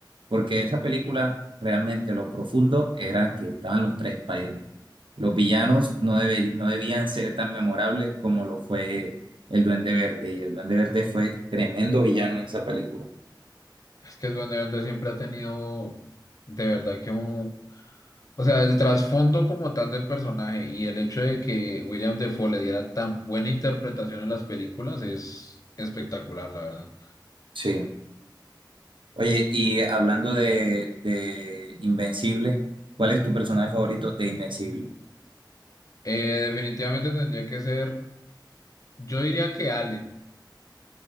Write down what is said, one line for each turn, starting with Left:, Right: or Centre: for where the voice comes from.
Right: porque esa película realmente lo profundo era que estaban los tres Spider-Man. Los villanos no, debe- no debían ser tan memorables como lo fue el Duende Verde, y el Duende Verde fue tremendo villano en esa película.
Left: Es que el Duende Verde siempre ha tenido, de verdad que un... O sea, el trasfondo como tal del personaje y el hecho de que William Defoe le diera tan buena interpretación en las películas es espectacular, la verdad.
Right: Sí. Oye, y hablando de, de Invencible, ¿cuál es tu personaje favorito de Invencible?
Left: Eh, definitivamente tendría que ser, yo diría que Allen.